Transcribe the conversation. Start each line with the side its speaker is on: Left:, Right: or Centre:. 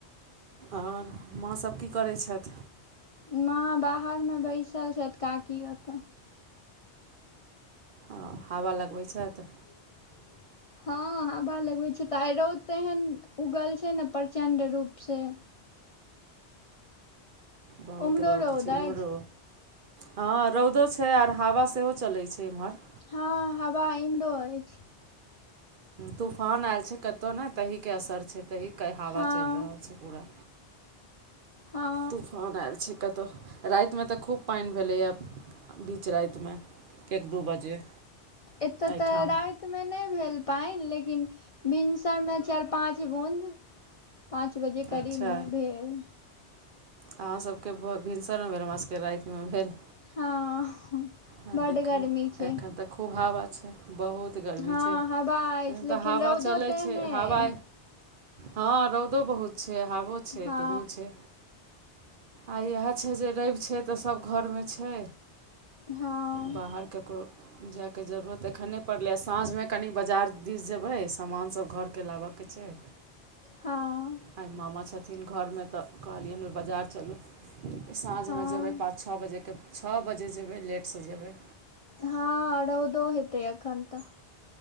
Right: और माँ सभ की करै छैथ
Left: माँ बाहर मे बैसल छैथ काकी ओतऽ
Right: आ हवा लगबै छैथ
Left: <inaudible> हँ हवा लगबै छैथ त आ रौद तेहन उगल छै ने प्रचंड रूप से
Right: बहुत
Left: उम्हरो
Right: रौद छै
Left: अछि
Right: इमहरो हँ रौदो छै आर हवा सेहो चलैत छै एम्हर
Left: हँ हवा इमहरो अछि
Right: तूफान आयल छै कतहुँ नहि तहिके असर छै तहिके हवा
Left: हँ
Right: चलि रहल छै पूरा
Left: हँ
Right: तूफान आयल छी कतहु रातिमे तऽ खूब पानि भेलैए बीच रातिमे एक दू बजे
Left: एतय
Right: एहिठाम
Left: तऽ रातिमे नहि भेल पानि लेकिन भिनसरमे चारि पाँच बंद पाँच बजे करीब
Right: अच्छा
Left: मे भेल
Right: अहाँसभके भ भिनसर भेल हमरा सभके राति मे भेल
Left: हँ
Right: आ
Left: बड
Right: देखै
Left: गर्मी छै
Right: एखन तऽ खूब हवा छै बहुत बहुत गर्मी
Left: हँ
Right: छै एखन
Left: हवा अछि लेकिन
Right: तऽ हवा
Left: रौदो
Right: चलै
Left: तेहने
Right: छै हवा
Left: अइ
Right: हँ रौदो बहुत छै हावो छै
Left: हँ
Right: दुनू छै आ इएह छै जे रवि छै तऽ सभ घोर मे छै
Left: हँ
Right: बाहर ककरो जाइके जरूरत एखन नहि पड़लै साँझ मे कनि बजार दिस जेबै समान सब घोरके लाबऽ के छै
Left: हाँ
Right: आइ मामा छथिन घर में तऽ कहलिय अनि ओ बजार चलू साँझ
Left: हँ
Right: मे जेबै पाछू छः बजेके छः बजे जेबै लेट सँ जेबै
Left: हँ रौदो हेतै अखन तऽ